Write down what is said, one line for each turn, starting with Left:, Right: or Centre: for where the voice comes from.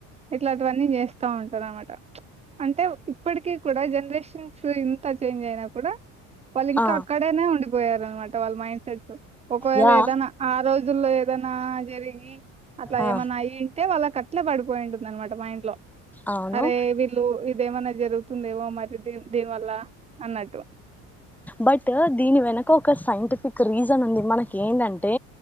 Right: ఇట్లాంటివని చేస్తంటారు అన్నమాట అంటే ఇప్పటికి కూడా జనరేషన్స్ ఇం త చేంజ్ అయినా కూడా వాళ్ళు ఇంకా
Centre: ఆ
Right: అక్కడేనే ఉండిపోయారు అనమాట వాళ్ళ మైండ్ సెట్ ఒకవేళ
Centre: యా
Right: ఏదైనా ఆ రోజ్ రోజుల్లో ఏదైనా జరిగి అట్లా
Centre: ఆ
Right: ఏమన్నాయ్యింటే వాళ్ళకట్లే పడిపోయి ఉంటుంది అనమాట మైండ్లో
Centre: అవును
Right: అరే వీళ్ళు ఇదేమన్నా జరుగుతుందేమో మరి దీ దీని వల్ల అన్నట్టు
Centre: బట్ దీని వెనక ఒక సైంటిఫిక్ రీజన్ ఉంది మనకి ఏంటంటే